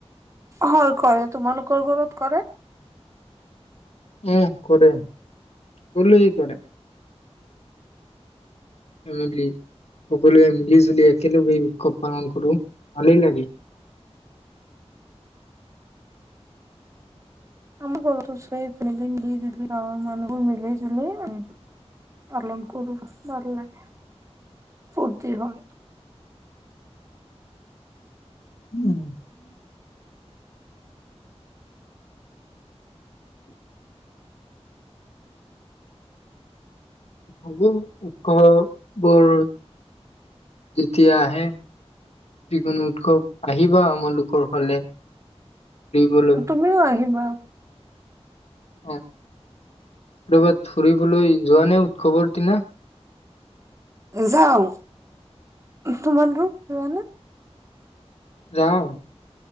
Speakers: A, on the right; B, on the left.
A: হয় কৰে তোমালোকৰ ঘৰত কৰে
B: উ কৰে সোকলোৱেই কৰে <unintelligible> সকলোৱে মিলি জুলি তেলেগু উৎসৱ পালন কৰো ভালে লাগি
A: আমাৰ ঘৰটো চবাই ইপিনেদ মিলি জুলি গাঁৱৰ মানুহোৰ মিলি জুলি আমি পালন কৰোঁ ভাল লাগে ফূৰ্তি হয়
B: উম, সু উৎস বৰ যেতিয়া আহে যিকোনো উৎসৱ আহিবা আমালোকৰ ফালে ফুৰিবলৈ
A: তুমিও আহিবা
B: অ <unintelligible> ফুৰিবলৈ যোৱা নে উৎসৱৰ দিনা
A: যাও তোমালোক যোৱা না
B: যাওঁ